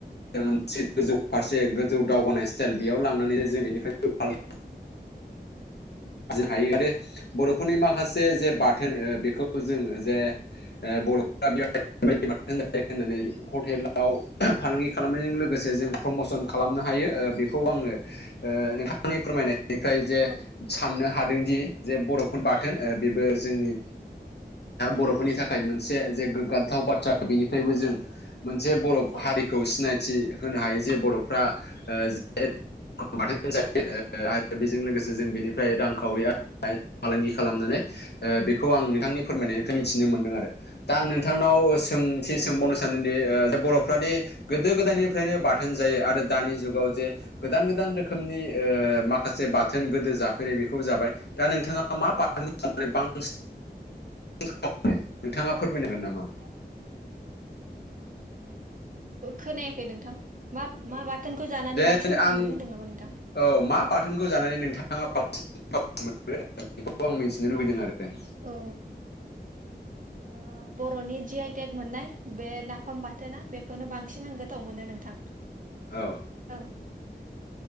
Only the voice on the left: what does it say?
मोनसे गोजौ फारसे गोजौ दावगानाय स्टाइल बेयाव लांनानै जों बेनिफ्राय फाल हायो आरो बर'फोरनि माखासे जे ओ- बाथोन बेखौ जों जे बर'फ बे होननानै हटेलाव <unintelligible> फालांगि खालामनायजों लोगोसे जों प्रमसन खालामनो हायो ओ- बेखौ आङो ओ- नोंथांनि फोरमायनायनिफ्राय जे
साननो हादोंदि जे बर'फोर बाथोन बेबो जोंनि बर'फोरनि थाखाय मोनसे जे गोग्गाथाव बाथ्रा बेनिफ्रायबो जों मोनसे बर'
हारिखौ सिनायथि होनो हायो जे बर'फ्रा ओ- <unintelligible> आरो बेजों लोगोसे जों बेनि फ्राय रांखावरि <unintelligible> फालांगि खालामनानै ओ-बेखौ आं नोंथांनि फोरमायनायनिफ्राय मिथिनो मोनदों आरो दा आं नोंथांनाव सोंथि
सोंबावनो। सनोदि ओ-बरफाद गोदो गोदायनिफ्रायनो बाथोन जायो आरो दानि जुगाव जे गोदान गोदान रोखोमनि ओ- माखासे बाथोन गोदो जा बेखौबो जाबाय दा नोंथाङा मा बाहोनानै बांसिन <unintelligible> <unintelligible> नोंथाङा फोरमायनांगोन नामा।
देन
आं
औ मा बाथोनखौ जानानै नोंथाङान <unintelligible> बेखौबो आं मिथिनो लुबैदों आरो।
औ